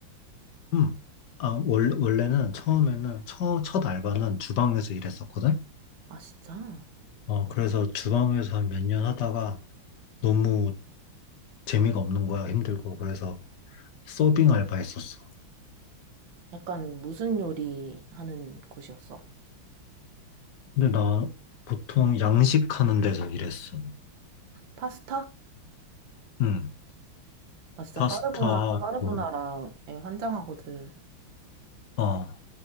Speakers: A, on the left (about 60°); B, on the right (about 70°).
A: 음. 아, 원, 원래는 처음에는 처, 첫 알바는 주방에서 일했었거든.
B: 아, 진짜?
A: 어, 그래서 주방에서 한 몇 년 하다가 너무 재미가 없는 거야. 힘들고. 그래서 서빙 알바 했었어.
B: 약간 무슨 요리 하는 곳이었어?
A: 근데 나 보통 양식하는 데서 일했어.
B: 파스타?
A: 응.
B: 나 진짜
A: 파스타,
B: 까르보나, 까르보나라에
A: 볼.
B: 환장하거든.
A: 어.